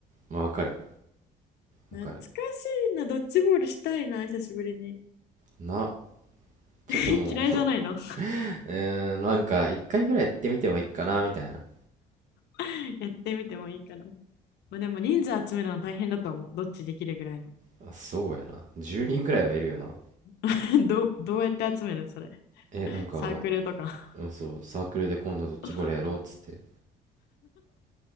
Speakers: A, on the right; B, on the left.
A: まあわかるわかる
B: 懐かしいな、ドッジボールしたいな、久しぶりに。
A: なちょっともう
B: <laughs> 嫌いじゃないの
A: うーん、なんか、一回ぐらいやってみてもいいかな、みたいな。
B: <laughs> やってみてもいいかな。まあ、でも人数集めるの大変だと思う。どっちできるぐらいの
A: あそうやな。10人ぐらいはいるよな。
B: <laughs>。どどうやって集めるそれ。
A: え、なんかも
B: サークルとか
A: う、うん、そう、サークルで今度ドッジボールやろうっつって。
B: <laughs>。